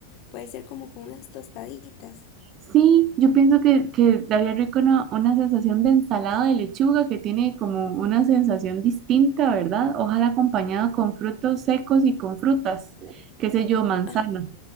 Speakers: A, on the left; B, on the right.
A: Puede ser como con unas tostaditas.
B: Sí, yo pienso que, que daría rico una, una sensación de ensalada de lechuga que tiene como una sensación distinta, ¿verdad? Ojalá acompañada con frutos secos y con frutas, qué sé yo, manzana,
A: Ajá,